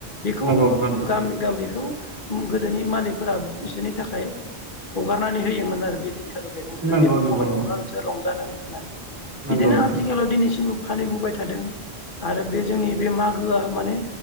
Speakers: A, on the left (about 50°); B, on the right (about 20°).
A: बिखौ
B: नंगौ नोंथां
A: गामि गामिखौ ओम गोदोनि मालिकफोरा बिसोरनि थाखाय हगारनानै होयोमोन आरो बिदिनो। <unintelligible> नोंसोरो
B: नंगौ
A: जेबो
B: नंगौ
A: खामानि मावना नोंसोर रंजा नां होननानै बिदिनो
B: नंगौ नोंथां
A: आथिखालाव दिनैसिम फालिबोबाय थादों आरो बे जोंनि बे मागोआ माने